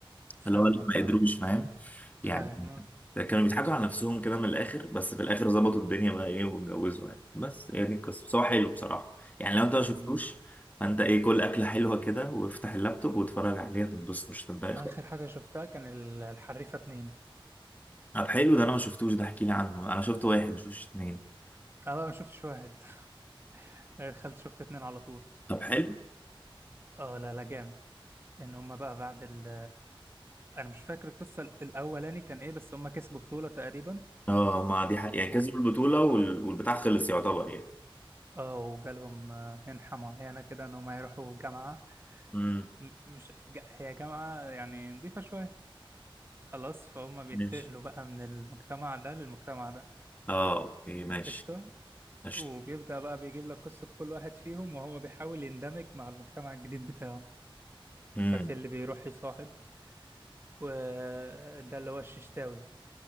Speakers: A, on the right; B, on the left.
A: فاهمك
B: اللي هو اللي ما
A: فاهم
B: قدروش فاهم
A: فاهم
B: يعني
A: آه.
B: ده كانوا بيضحكوا على نفسهم كده من الاخر بس في الاخر ظبطوا الدنيا بقى ايه واتجوزوا يعني بس هي دي القصه بس هو حلو بصراحه يعني لو انت ما
A: أمم.
B: شفتوش فانت ايه كل اكله حلوه كده وافتح اللابتوب واتفرج عليها تنبسط مش هتتضايق
A: آخر
B: خالص
A: حاجة شفتها كان ال- الحريفة اتنين
B: طب حلو ده انا ما شفتوش ده احكي لي عنه انا شفت واحد ما شفتش اتنين
A: أنا بقى ما شفتش واحد <laughs> دخلت شفت اتنين على طول
B: طب حلو
A: اه لا لا جامد إن هما بقى بعد ال أنا مش فاكر القصة الأولاني كان إيه بس هما كسبوا بطولة تقريبا
B: اه ما دي حق. يعني كسبوا
A: و-
B: البطوله وال- والبتاع خلص يعتبر يعني
A: اه وجالهم آه، منحة معينة كده إن هما يروحوا جامعة
B: امم
A: م- مش ج- هي جامعة يعني نظيفة شوية خلاص فهم بينتقلوا
B: ماشي
A: بقى من المجتمع ده للمجتمع ده
B: اه اوكي ماشي
A: قشطة
B: ماشي
A: وبيبدأ بقى بيجيب لك قصة كل واحد فيهم وهو بيحاول يندمج مع المجتمع الجديد بتاعه
B: امم
A: ففي اللي بيروح يصاحب وده اللي هو الششتاوي